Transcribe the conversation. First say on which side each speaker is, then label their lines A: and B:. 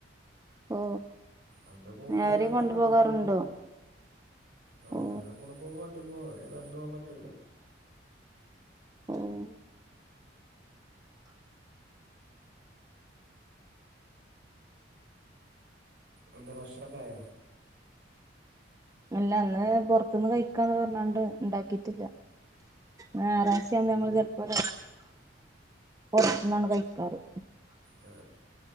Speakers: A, on the right; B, on the right.
A: ഓ
B: അവരെ കൂടെ പോകുമ്പോ
A: അവരെയും കൊണ്ടു പോകാറുണ്ടോ
B: വണ്ടീ പോകും. ആ
A: ഓ
B: ഹ്അവരെ കൂടെ പോകുമ്പോ വണ്ടി ഓ അവര് നടന്നു പോകാൻ പറ്റൂല്ലല്ലോ.
A: ഉം
B: എന്താ ഭക്ഷണക്കെയായോ?
A: അല്ല അന്ന് പൊറത്ത്ന്ന് കഴിക്കാന്ന് പറഞ്ഞോണ്ട് ഉണ്ടാക്കിയിട്ടില്ല ഞായറാഴ്ച ആകുമ്പോ ഞമ്മള് പൊറ പൊറത്ത്ന്നാണ് കഴിക്കാറ്
B: ഏ